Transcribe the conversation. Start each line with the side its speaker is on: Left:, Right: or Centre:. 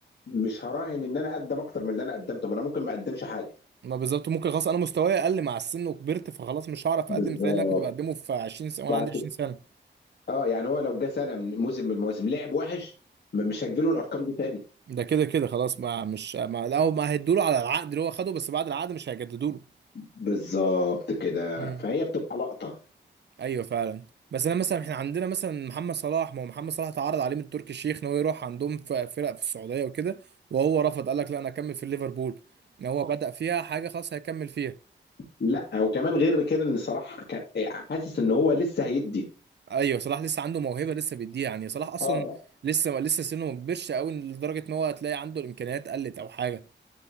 Left: مش هراهن ان انا اقدم اكتر من اللي انا قدمته ما انا ممكن ما اقدمش حاجه
Right: ما بالظبط ممكن خلاص انا مستواي اقل مع السن وكبرت فخلاص مش هعرف
Left: بالظبط
Right: اقدم زي اللي انا كنت بقدمه في 20 سنه وانا
Left: فهت-
Right: عندي 20 سنه
Left: اه يعني هو لو جه سنه من موسم من المواسم لعب وحش ما مش هتجيله الارقام دي تاني
Right: ده كده كده خلاص ما مش ما لا هم هيدوا له على العقد اللي هو خده بس بعد العقد مش هيجددوا له
Left: بالظبط كده
Right: مم.
Left: فهي بتبقى لقطه
Right: ايوه فعلا بس انا مثلا احنا عندنا مثلا محمد صلاح ما هو محمد صلاح اتعرض عليه من تركي الشيخ ان هو يروح عندهم في فرق في السعوديه وكده وهو رفض قال لك لا انا اكمل في ليفربول ان هو بدأ فيها حاجه خلاص هيكمل فيها
Left: لا وكمان غير كده ان صلاح كان إيه، حاسس ان هو لسه هيدي
Right: ايوه صلاح لسه عنده موهبه لسه بيديها يعني صلاح اصلا
Left: اه
Right: لسه لسه سنه ما كبرش قوي لدرجه ان هو هتلاقي عنده الامكانيات قلت او حاجه